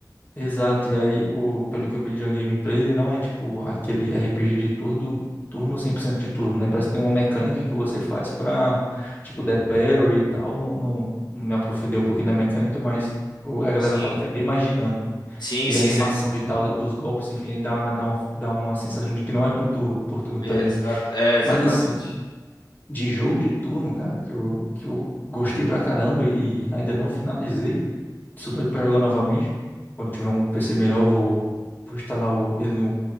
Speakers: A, on the left; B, on the left.
A: Exato, e aí, o, pelo que eu vi de um gameplay, ele não é tipo aquele RPG de turno, turno 100% de turno, né? Parece que tem uma mecânica que você faz pra, tipo, Death Parry e tal. Não, não, não me aprofundei um pouquinho da mecânica, mas o- a galera
B: Sim,
A: fala que é bem mais dinâmico, né?
B: sim,
A: E
B: sim,
A: a animação
B: você,
A: e tal da- dos golpes, enfim, dá, dá uma, dá uma sensação de que não é por turno, por turno
B: é,
A: também.
B: exa- é, exatamente.
A: Mas assim, de jogo de turno, cara, que eu, que eu gostei pra caramba e ainda não finalizei. Sou doido pra jogar novamente. Quando tiver um PC melhor, eu vou, vou instalar o- ele no,